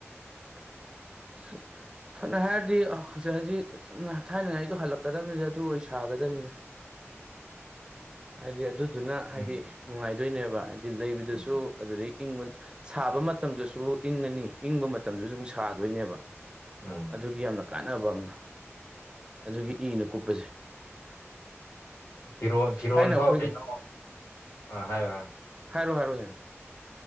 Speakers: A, on the right; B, on the left.
A: <inaudible> ꯐꯅ ꯍꯥꯏꯔꯗꯤ ꯍꯧ ꯍꯧꯖꯤꯛ ꯁ ꯊꯥꯏꯅꯉꯥꯏꯗꯣ ꯍꯜꯂꯛꯀꯗꯕꯅꯤꯗ ꯑꯗꯨ ꯑꯣꯏ ꯁꯥꯒꯗꯕꯅꯤꯗ <inaudible> ꯍꯥꯏꯗꯤ ꯑꯗꯨꯗꯨꯅ ꯍꯥꯏꯗꯤ
B: ꯎꯝ
A: ꯅꯨꯡꯉꯥꯏꯗꯣꯏꯅꯦꯕ ꯍꯥꯏꯗꯤ ꯂꯩꯕꯗꯨꯁꯨ
B: ꯎꯝ
A: ꯑꯗꯨꯒꯤ ꯏꯪꯕ ꯁꯥꯕ ꯃꯇꯝꯗꯁꯨ ꯏꯪꯉꯅꯤ ꯏꯪꯕ ꯃꯇꯝꯗꯁꯨ ꯑꯃꯨꯛ ꯁꯥꯗꯣꯏꯅꯦꯕ
B: ꯎꯝ
A: ꯑꯗꯨꯒꯤ ꯌꯥꯝꯅ ꯀꯥꯟꯅꯕ ꯑꯃꯅ ꯑꯗꯨꯒꯤ ꯏꯅ ꯀꯨꯞꯄꯁꯦ
B: ꯐꯤꯔꯣꯟ ꯐꯤꯔꯣꯟꯐꯥꯎ
A: ꯊꯥꯏꯅ ꯑꯩꯈꯣꯏꯒꯤ
B: ꯀꯩꯅꯣ ꯑꯥ ꯍꯥꯏꯌꯣ ꯍꯥꯏꯌꯣ
A: ꯍꯥꯏꯔꯣ ꯍꯥꯏꯔꯣ ꯍꯦꯡ